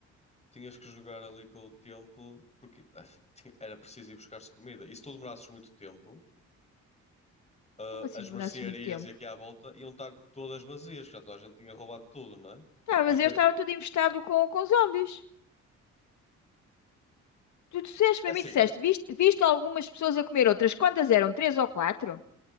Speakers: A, on the left; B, on the left.
A: tinhas que jogar ali com o tempo, porque <laughs> ah, tinha- era preciso ir buscar-se comida. E se tu demorasses muito tempo. ah,
B: Como assim
A: as
B: do
A: mercearias
B: muito tempo?
A: e aqui à volta iam estar todas vazias, que já toda a gente tinha roubado tudo, não é?
B: Tá, mas
A: E depois,
B: eu estava tudo infestado com, com zombies. Tu disseste para
A: é assim,
B: mim, disseste, viste, viste algumas pessoas a comer outras? Quantas eram? Três ou quatro?